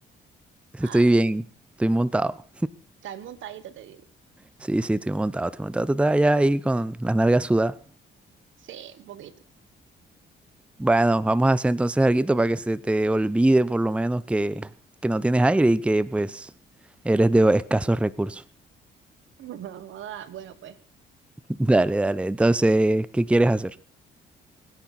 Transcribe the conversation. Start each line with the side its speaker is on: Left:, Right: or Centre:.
Centre: estoy
Right: Ay,
Centre: bien, estoy montado,
Right: está montadito, te digo.
Centre: sí, sí, estoy montado, estoy montado, tú estás allá ahí con las nalgas sudadas.
Right: Sí, un poquito.
Centre: Bueno, vamos a hacer entonces algo para que se te olvide por lo menos que, que no tienes aire y que pues eres de escasos recursos.
Right: <laughs> Joda, Bueno, pues,
Centre: Dale, dale. Entonces, ¿qué quieres hacer?